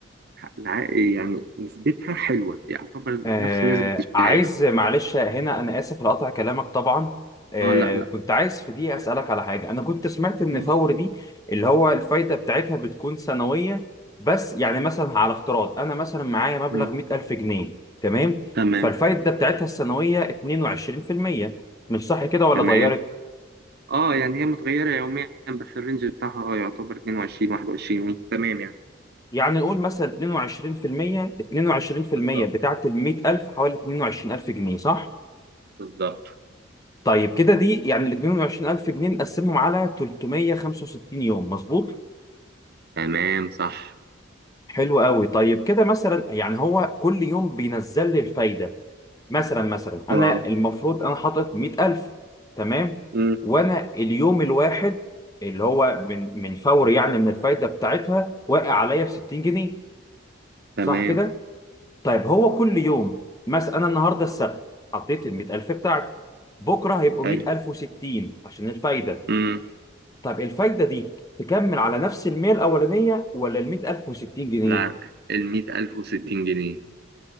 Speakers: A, on the right; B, on the left.
A: الع- يعني نسبتها حلوة يعتبر
B: آه
A: نفس نسبة الشهادة
B: عايز معلش هنا أنا آسف لقطع كلامك طبعا آه
A: اه لا لا
B: كنت عايز في دي أسألك على حاجة أنا كنت سمعت إن
A: مم.
B: فور دي اللي هو الفايدة بتاعتها بتكون سنوية بس يعني مثلا على افتراض أنا مثلا معايا مبلغ
A: مم.
B: 100000 جنيه تمام
A: تمام
B: فالفايدة بتاعتها السنوية 22% مش صح كده ولا
A: تمام
B: اتغيرت؟
A: اه يعني هي متغيرة يوميا بس الرينج بتاعها اه يعتبر 22 21 وي. تمام يعني
B: يعني نقول مثلا 22% 22%
A: بالظبط
B: بتاعت ال 100000 حوالي 22000 جنيه صح؟
A: بالظبط
B: طيب كده دي يعني ال 22000 جنيه نقسمهم على 365 يوم مظبوط
A: تمام صح
B: حلو قوي طيب كده مثلا يعني هو كل يوم بينزل لي الفايده مثلا مثلا انا
A: اه
B: المفروض انا حاطط 100000 تمام
A: مم.
B: وانا اليوم الواحد اللي هو من من فور يعني من الفايده بتاعتها واقع عليا ب 60 جنيه
A: تمام
B: صح كده طيب هو كل يوم مثلا انا النهارده السبت حطيت ال 100000 بتاعتي بكره هيبقوا
A: حلو
B: 100060 عشان الفايده
A: مم.
B: طب الفايدة دي تكمل على نفس المية الأولانية ولا ال 100000 و60 جنيه؟
A: لا ال 100060 جنيه